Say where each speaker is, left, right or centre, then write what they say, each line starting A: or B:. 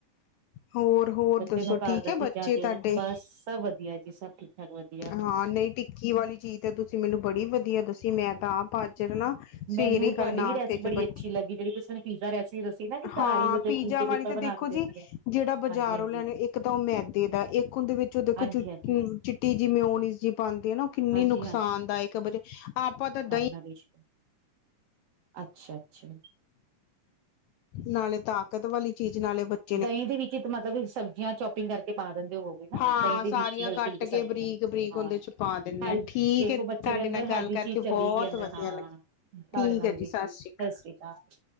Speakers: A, on the left; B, on the right.
A: ਹੋਰ-ਹੋਰ
B: ਬੱਚੇ
A: ਦੱਸੋ
B: ਨੂੰ ਘਰ
A: ਠੀਕ
B: ਦਾ
A: ਏ
B: ਚੀਜ਼ਾਂ
A: ਬੱਚੇ
B: ਦਿਓ
A: ਤਾਹਡੇ?
B: ਬਸ ਸਭ ਵਧੀਆ ਜੀ, ਸਭ ਠੀਕ ਠਾਕ ਵਧ
A: ਹਾਂ ਨਹੀਂ ਟਿੱਕੀ ਵਾਲੀ ਚੀਜ਼ ਤਾਂ ਤੁਸੀਂ ਮੈਨੂੰ ਬੜੀ ਵਧੀਆ ਦੱਸੀ ਮੈਂ ਤਾਂ ਆਪ ਅਜ ਨਾ ਸਵੇਰੇ
B: ਮੈਨੂੰ
A: ਕੱਲ
B: ਤੁਹਾਡੀ
A: ਨਾਸ਼ਤੇ
B: ਵੀ ਰੈਸਪੀ
A: 'ਚ
B: ਬੜੀ
A: ਬੱਚੇ,
B: ਅੱਛੀ ਲੱਗੀ ਜਿਹੜੀ ਤੁਸੀਂ ਮੈਨੂੰ ਪੀਜ਼ਾ ਰੈਸਪੀ ਦੱਸੀ ਨਾ ਕਿ
A: ਹਾਂ
B: ਘਰ ਹੀ ਉਹਦੇ
A: ਪੀਜ਼ਾ
B: ਫੁਲਕੇ
A: ਵਾਲੀ
B: ਦੇ ਉੱਪਰ
A: ਤਾਂ
B: ਬਣਾ
A: ਦੇਖੋ
B: ਕੇ ਦਿੰਦੀ
A: ਜੀ
B: ਹੈ
A: ਜਿਹੜਾ ਬਾਜ਼ਾਰ
B: ਹਾਂਜੀ ਹਾਂਜੀ
A: ਉਹ ਲਿਆਣੇ ਇੱਕ ਤਾਂ ਉਹ ਮੈਦੇ ਦਾ, ਇੱਕ ਉਹਦੇ ਵਿੱਚ ਉਹ ਦੇਖੋ
B: ਹਾਂਜੀ
A: ਚੂ
B: ਹਾਂਜੀ
A: ਚਿੱਟੀ ਜੀ ਮਯੋਨਿਸ ਜੀ ਪਾਉਂਦੀ ਹੈ ਨਾ ਉਹ ਕਿੰਨੀ
B: ਹਾਂਜੀ
A: ਨੁਕਸਾਨਦਾਇਕ ਬਚੇ, ਆਪਾਂ ਤਾਂ ਦਹੀਂ
B: ਨਵਸ਼ ਅੱਛਾ ਅੱਛਾ
A: ਨਾਲੇ ਤਾਕਤ ਵਾਲੀ ਚੀਜ਼ ਨਾਲੇ ਬਚੇ
B: ਦਹੀਂ ਦੇ ਵਿੱਚ ਮਤਲਬ ਸਬਜ਼ੀਆਂ ਚੋਪਿੰਗ ਕਰਕੇ ਪਾ ਦਿੰਦੇ ਹੋ ਵੋਗੇ
A: ਹਾਂ
B: ਦਈ ਦੇ
A: ਸਾਰੀਆਂ
B: ਵਿੱਚ ਹਲਕੀ-ਹਲਕੀ
A: ਕੱਟ
B: ਸਬਜ਼ੀਆਂ,
A: ਕੇ ਬਰੀਕ ਬਰੀਕ
B: ਹਾਂ
A: ਉਹਦੇ ਚ ਪਾ ਦਿੰਦੇ
B: ਹੈਲ
A: ਆ ਠੀਕ
B: ਦੇਖੋ
A: ਹੈ ਤੁਹਾਡੇ
B: ਬੱਚੇ ਦੇ ਅੰਦਰ
A: ਨਾਲ ਗੱਲ
B: ਹੈਲਦੀ
A: ਕਰਕੇ
B: ਚੀਜ਼ ਚਲੀ
A: ਬਹੁਤ
B: ਗ ਅਦਰ
A: ਵਧੀਆ
B: ਹਾਂ,
A: ਲੱਗੀ
B: ਤੁਹਾਡੇ
A: ਠੀਕ
B: ਨਾਲ
A: ਹੈ ਜੀ
B: ਵੀ ਜ ਸਤਿ
A: ਸ਼੍ਰੀ ਅਕਾਲ
B: ਸ੍ਰੀ ਅਕਾਲ